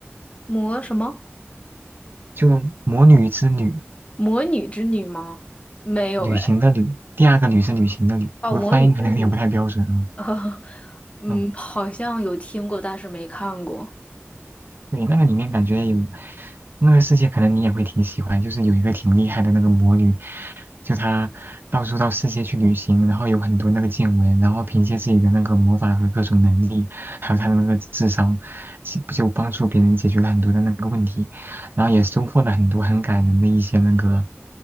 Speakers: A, on the left (about 30°); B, on the right (about 50°).
A: 魔什么
B: 就《魔女之旅》，
A: 魔女之女吗？没有哎，
B: 旅行的旅，第二个旅是旅行的旅。
A: 哦，
B: 我发音可能有点不太标准啊。
A: 魔女之旅。<laughs> 哦嗯，
B: 嗯
A: 好像有听过，但是没看过。
B: 对，那个里面感觉有那个世界，可能你也会挺喜欢，就是有一个挺厉害的那个魔女，就她到处到世界去旅行，然后有很多那个见闻，然后凭借自己的那个魔法和各种能力，还有她的那个智商，其就帮助别人解决了很多的那个问题，然后也收获了很多很感人的一些那个